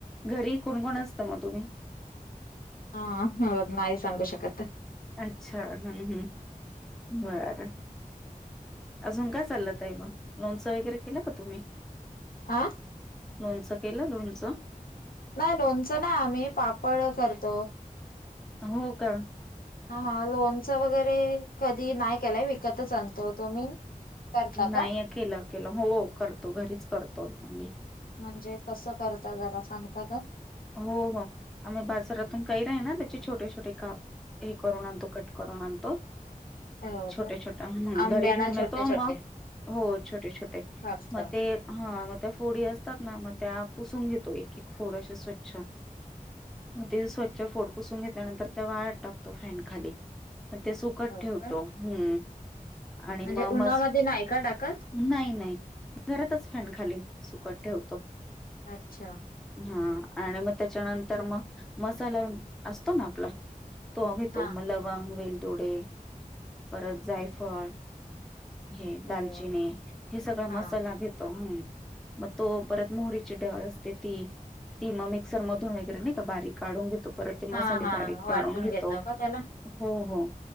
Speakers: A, in the centre; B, on the left (about 85°).
A: घरी कोणकोण असतं मग तुम्ही?
B: आं हां नाही सांगू शकत ते.
A: अच्छा! हम्म हम्म बरं. अजून काय चाललंय ताई मग, लोणचं वगैरे केलं का तुम्ही?
B: आं?
A: लोणचं केलं लोणचं?
B: नाही लोणचं नाही आम्ही पापड करतो.
A: हो का?
B: हां लोणचं वगैरे कधी नाही केलाय विकतच आणतो. तुम्ही? करता
A: नाही
B: का?
A: अ केेलं, केलं हो करतो घरीच करतो मी.
B: म्हणजे कसं करता जरा सांगता का?
A: हो हो आम्ही बाजारातून कैरी आहे ना त्याचे छोटे छोटे काप हे करून आणतो कट करून आणतो.
B: हो
A: छोटं
B: का
A: छोटं
B: आंब्याना
A: घरी घेऊन येतो,
B: छोटे छोटे
A: मग हो छोटे छोटे
B: कापता
A: मग ते हां त्या फोडी असतात ना मग त्या पुसून घेतो एक एक फोड अशे स्वच्छ मग ते स्वच्छ फोड पुसून घेतल्यानंतर त्या वाळत टाकतो फॅन खाली, मग ते सुक त
B: हो
A: ठेवतो
B: का?
A: हम्म आणि
B: म्हणजे
A: मग
B: उन्हामध्ये
A: मस
B: नाही का टाकत?
A: नाही नाही घरातच फॅन खाली सुकत ठेवतो.
B: अच्छा
A: हां आणि मग त्याच्यानंतर मग मसाला असतो ना आपला तो घेतो
B: हा.
A: मग लवंग, वेलदोडे परत जायफळ हे
B: हो.
A: दालचिनी हे सगळा मसाला
B: हा
A: घेतो. हम्म मग तो परत मोहरीची डाळ असते ती ती मग मिक्सर मधून वगैरे नाही का बारीक काढून घेत तो परत ते
B: हा
A: मसाले
B: हा
A: बारीक
B: वाटून
A: करून घेतो
B: घेता का त्याला?
A: हो हो.